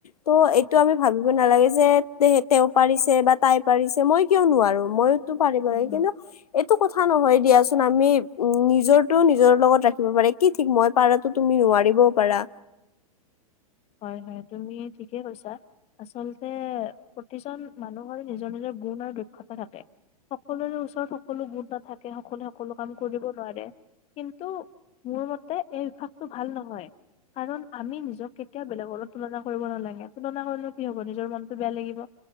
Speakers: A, on the left (about 75°); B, on the left (about 30°).
A: ত' এইটো আমি ভাবিব নালাগে যে তেওঁ পাৰিছে বা তাই পাৰিছে মই কিয় নোৱাৰো? মইয়ো টো পাৰিব
B: উম,
A: লাগে।
B: হম।
A: কিন্তু এইটো কথা নহয় দিয়াচোন। আমি উম নিজৰটো নিজৰ লগত ৰাখিব পাৰি কি ঠিক মই পাৰাতো তুমি নোৱাৰিবও পাৰা।
B: হয়, হয়। তুমি ঠিকে কৈছা আচলতে প্ৰতিজন মানুহৰে নিজৰ-নিজৰ গুণ আৰু দক্ষতা থাকে। সকলোৰে ওচৰত সকলো সকলো গুণ নাথাকে, সকলোৱে সকলো কাম কৰিব নোৱাৰে। কিন্তু মোৰ মতে এই অভ্যাসটো ভাল নহয়। কাৰণ আমি নিজকে কেতিয়াও বেলেগ লগত তুলনা কৰিব নালাগে। তুলনা কৰিলেও কি হব নিজৰ মনতটো বেয়া লাগিব